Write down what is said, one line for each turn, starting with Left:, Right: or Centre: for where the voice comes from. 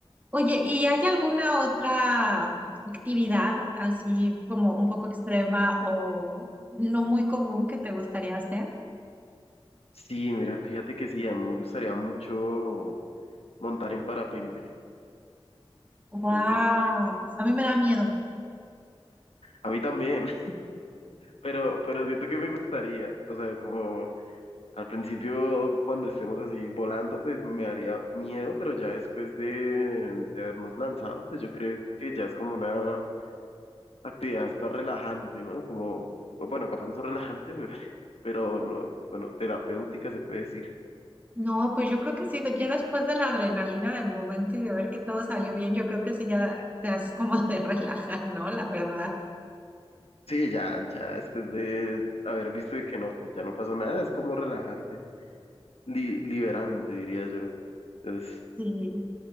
Right: Oye, ¿y hay alguna otra actividad así como un poco extrema o no muy común que te gustaría hacer?
Left: Sí, mira, fíjate que sí, a mí me gustaría mucho montar en parapente.
Right: Wow,
Left: Creo que es...
Right: a mí me da miedo.
Left: A mí también, <laughs> pero, pero siento que me gustaría. O sea, como... Al principio, cuando estemos así volando, pues me haría miedo, pero ya después de, de habernos lanzado, pues yo creo que ya es como una actividad hasta relajante, ¿no? Como, bueno, capaz no relajante, <laughs> pero no, bueno, terapéutica se puede decir.
Right: No, pues yo creo que sí, ya después de la adrenalina del momento y de ver que todo salió bien, yo creo que sí ya te has como <laughs> de relajar, ¿no? La verdad,
Left: Sí, ya, ya después de haber visto y que no, que ya no pasó nada, es como relajante, li- liberante, diría yo. Es,
Right: sí.